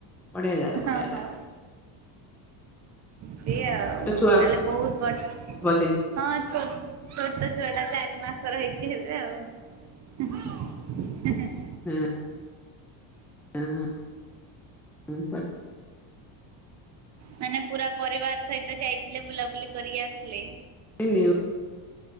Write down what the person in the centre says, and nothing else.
ପ଼ଆ ଜାଗ ପଆ
ଜାଗ।
ଛୁଆ
ବୋଧେ
ହୁଁ। ହଁ ହଁ।
ହେବେ।